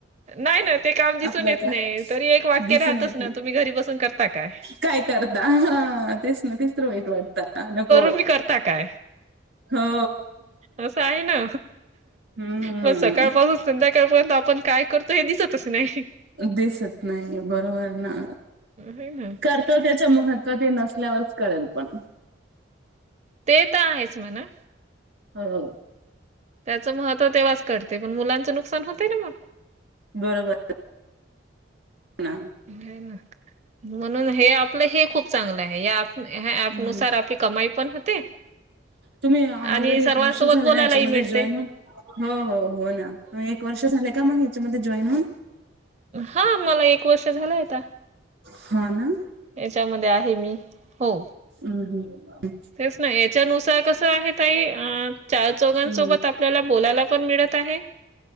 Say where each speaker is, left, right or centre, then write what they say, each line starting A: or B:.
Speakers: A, on the right; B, on the right.
A: नाही ना ते काम दिसून
B: आपलं
A: येत
B: का
A: नाही तरी एक वाक्य
B: दिसून
A: राहतच
B: येत
A: ना
B: नाही
A: तुम्ही घरी बसून करता काय
B: काय करता ह तेच ना तिसरं वाईट वाटत नको
A: ुम्ही करता काय
B: हो
A: च आहे ना
B: हम्म
A: म सकार पाल संध्याकाळपर्यंत आपण काय करतो हे दिसतच नाही
B: दिसत नाही बरोबर ना
A: है ना
B: तो त्याच महत्त्व ते नसल्यावरच कळेल पण
A: ते तर आहेच म्हणा
B: हो हो
A: त्याचं महत्त्व तेव्हाच कळते पण मुलांचं नुकसान होतय ना मग
B: बरोबर ह
A: घन म्हणून हे आपलं हे खूप चांगलं आहे या ह्या
B: हम्म
A: ऍप नुसार आपली कमाई पण होते
B: तुम्ही ऑलरेडी
A: आणि सर्वांसोबत
B: एक वर्ष झाले
A: बोलायलाही
B: ना याच्यामध्ये
A: मिळते
B: जॉईन होन हो हो हो ना तुम्ही एक वर्ष झाले का मग ह्याच्यामध्ये जॉईन होन
A: हा मला एक वर्ष झालंयता
B: हा ना
A: याच्यामध्ये आहे मी हो
B: हम हम
A: तेच ना याच्यानुसार कसं आहे तई अ चार चौघांसोबत
B: हम्म
A: आपल्याला बोलायला पण मिळत आहे